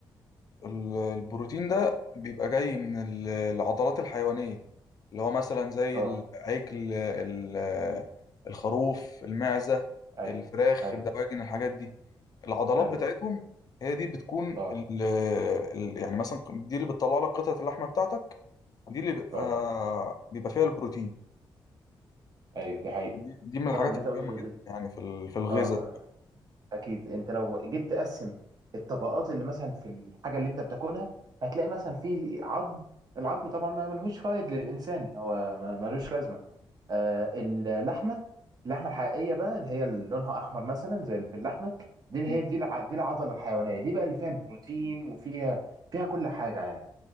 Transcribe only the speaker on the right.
اه
ايوه
ايوه
ايوه
اه
اه
ايوه دي حقيقه
طبعا اللي انت قلته
ده-
اه اكيد انت لو جيت تقسم الطبقات اللي مثلا في الحاجه اللي انت بتاكلها هتلاقي مثلا في عظم العظم طبعا ما ملهوش فايد للانسان هو ما- ملوش لازمه آه اللحمه اللحمه الحقيقيه بقى اللي هي اللي لونها احمر مثلا زي اللي في اللحمه دي اللي
هي دي الع... دي العضله الحيوانيه دي بقى اللي فيها البروتين وفيها فيها كل حاجه يعني